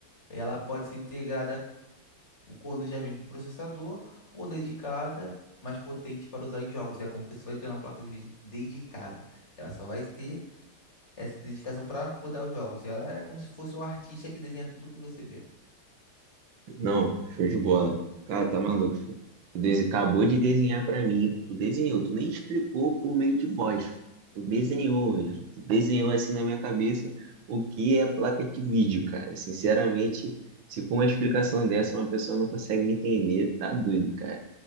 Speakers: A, on the left; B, on the right.
A: Ela pode ser integrada quando já vem com processador ou dedicada, mais potente para usar em jogos. É como você vai ter uma placa de vídeo dedicada, que ela só vai ter essa dedicação para rodar os jogos. E ela é como se fosse um artista que desenha tudo que você vê.
B: Não, show de bola. Cara, tá maluco, filho. Tu dese- acabou de desenhar para mim. Tu desenhou, tu nem explicou por meio de voz. Tu desenhou, Ângelo. tu desenhou assim na minha cabeça o que é placa de vídeo, cara. Sinceramente, se com uma explicação dessa uma pessoa não consegue entender, tá doido, cara.